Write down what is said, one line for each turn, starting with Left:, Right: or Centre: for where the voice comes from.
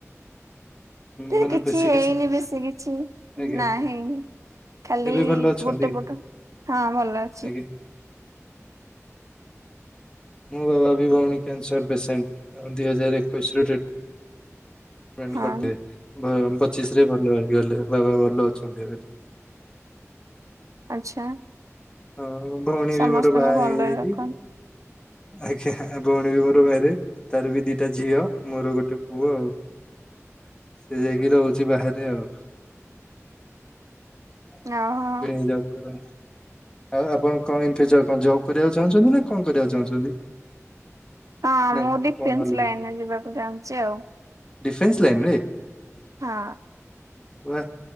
Left: ମାନେ
Right: ଏ କିଛି
Left: ବେଶୀ
Right: ହେଇନି ବେଶୀ କିଛି
Left: ଆଜ୍ଞା
Right: ନାହିଁ। ଖାଲି
Left: ଏବେ ଭଲ ଅଛନ୍ତି
Right: ଗୋଟେ ପଟ ହଁ ଭଲ ଅଛି।
Left: ଆଜ୍ଞା। ମୋ ବାବା ବି ଭଉଣୀ କ୍ୟାନସର ପେସେଣ୍ଟ ଦୁଇ ହଜାର ଏକୋଇଶି ରୁ ଡେ <unintelligible>
Right: ହଁ
Left: ପଚିଶ ରେ ଭଲ ହେଇଗଲେ ବାବା ଭଲ ଅଛନ୍ତି ଏବେ।
Right: ଆଛା
Left: ହଁ ଭଉଣୀ
Right: ସମସ୍ତଙ୍କୁ
Left: ବି ମୋର ବାହା
Right: ଭଲରେ
Left: ହେଇଯାଇଛି
Right: ରଖନ୍ତୁ।
Left: ଆଜ୍ଞା, ଭଉଣୀ ବି ମୋର ମ୍ୟାରେଜ ତାର ବି ଦିଟା ଝିଅ ମୋର ଗୋଟେ ପୁଅ ଆଉ। ସେ ଯାଇକି ରହୁଛି ବାହାରେ ଆଉ। <unintelligible>
Right: ଓହୋ
Left: ଆଉ ଆପଣ କଣ ଜବ୍ କରିବାକୁ ଚାହୁଁଛନ୍ତି ନା କଣ କରିବାକୁ ଚାହୁଁଛନ୍ତି?
Right: ହଁ,
Left: ନା
Right: ମୁଁ ଡିଫେନ୍ସ
Left: କଣ ଅଲଗା
Right: ଲାଇନ ରେ ଯିବାକୁ ଚାହୁଁଛି ଆଉ।
Left: ଡିଫେନ୍ସ ଲାଇନରେ।
Right: ହଁ।
Left: ବା